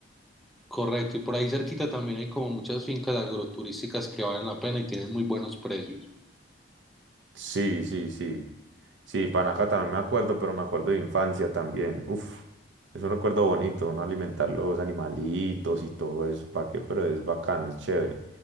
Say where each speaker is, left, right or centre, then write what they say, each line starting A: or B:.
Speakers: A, in the centre; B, on the right.
A: correcto, y por ahí cerquita también hay como muchas fincas agroturísticas que valen la pena y tienen muy buenos precios.
B: Sí, sí, sí. Sí, panaca también me acuerdo, pero me acuerdo de infancia también. Uf, es un recuerdo bonito, ¿no? Alimentar los animalitos y todo eso, ¿para qué? Pero es bacano, es chévere.